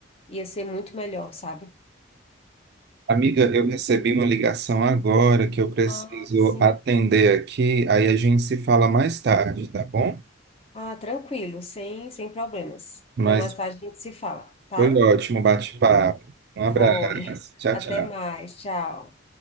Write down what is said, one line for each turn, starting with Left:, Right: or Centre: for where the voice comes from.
Left: ia ser muito melhor, sabe?
Right: Amiga, eu recebi uma ligação agora que eu preciso
Left: Ah, sim.
Right: atender aqui, aí a gente se fala mais tarde, tá bom?
Left: Ah, tranquilo, sem, sem problemas.
Right: Mas
Left: Então, mais tarde a gente se fala, tá?
Right: foi ótimo o bate-papo. Um abraço.
Left: Foi.
Right: Tchau,
Left: Até
Right: tchau.
Left: mais. Tchau.